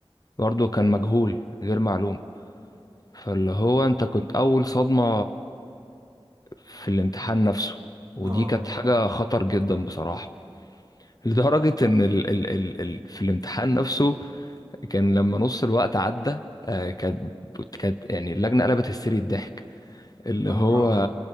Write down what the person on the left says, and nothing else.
برضو كان مجهول غير معلوم فاللي هو انت كنت اول صدمة في الامتحان نفسه ودي
كانت حاجة خطر جدا بصراحة <laughs> لدرجة ان ال ال ال ال في الامتحان نفسه كان لما نص الوقت عدى آه، كانت كانت يعني اللجنة قلبت هستيري الضحك اللي
هو